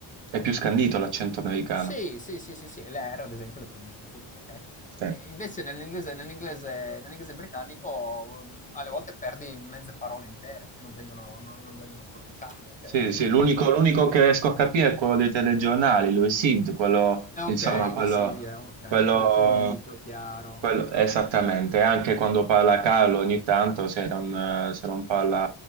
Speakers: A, on the right; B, on the left.
A: è più scandito l'accento americano.
B: Sì, sì, sì, sì, sì, le R ad esempio le pronunciano tutte, okay?
A: Sì,
B: E invece nell'inglese nell'inglese nell'inglese britannico, mhmm, alle volte perdi mezze parole intere che non vengono non non vengono pronunciate, okay?
A: sì,
B: E
A: sì,
B: quindi
A: l'unico l'unico che riesco a capire è quello dei telegiornali, lui Sid, quello,
B: eh okay,
A: insomma, quello,
B: we see yeah, okay.
A: quello,
B: Quello è pulito, chiaro.
A: quello- esattamente, anche quando parla Carlo ogni tanto, se non, eh, se non parla